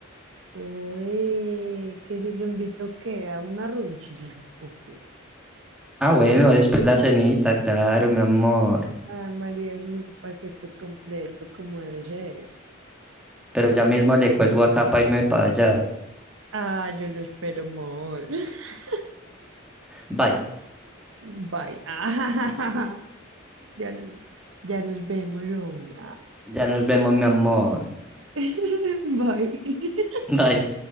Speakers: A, on the right; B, in the centre.
A: Oye, que si lo invito que a una ronchilla o qué.
B: Ah, bueno, después la cenita, claro, mi amor.
A: Ah, María, eso es el paquete completo, como debe ser.
B: Pero ya mismo le cuelgo acá para irme para allá.
A: Ah, yo lo espero, amor. <laughs>
B: Bye,
A: Bye. <laughs> Ah, ya nos, ya nos vemos, Romy.
B: ya nos vemos, mi amor.
A: <laughs> bye.
B: Bye.